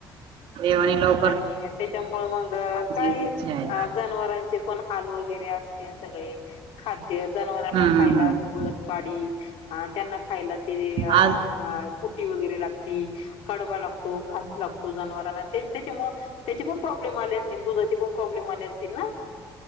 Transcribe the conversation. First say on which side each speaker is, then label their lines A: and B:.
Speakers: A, on the right; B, on the left.
A: देवाणी लव
B: आणि त्याच्यामुळं मग काही
A: इच्छा आहे
B: आ जनावरांचे पण हाल वगैरे असत्या सगळे. खाद्य जनावरांना
A: हम्म
B: खायला
A: हम्म हम्म
B: गवत, पाडी अ त्यांना खायला ते अ
A: आज
B: काय कुटी वगैरे लागते कडवा लागतो घास लागतो जनावरांना तेच त्याच्यामुळं त्याचे पण प्रॉब्लेम आले असतील दुधाचे पण प्रॉब्लेम आले असतील ना.